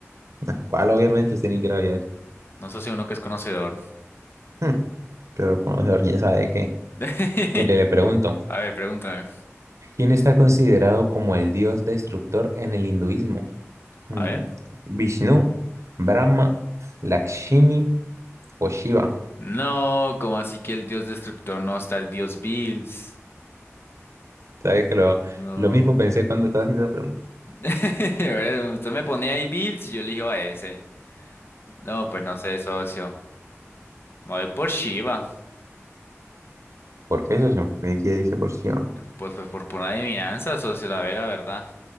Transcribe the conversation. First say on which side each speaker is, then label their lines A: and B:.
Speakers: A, on the right (about 80°); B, on the left (about 50°).
A: Ah, ¿Cuál obviamente usted ni quiere había
B: No, socio, uno que es conocedor.
A: Hmm, Pero conocedor, quién sabe de qué.
B: <laughs>
A: Mire, le pregunto,
B: A ver, pregúntame.
A: ¿quién está considerado como el dios destructor en el hinduismo? Mm,
B: A ver.
A: ¿Vishnu, Brahma, Lakshmi o Shiva?
B: No, como así que el dios destructor no está el dios Bills?
A: Sabes que lo,
B: No.
A: lo mismo pensé cuando estaba haciendo la pregunta.
B: <laughs> Ahora, Usted me ponía ahí Bills y yo elijo a ese. No, pues no sé, socio. Me voy por Shiva.
A: ¿Por qué socio? ¿Qué quiere dice por sí?
B: Pues fue por pura adivinanza, socio, la vera, verdad.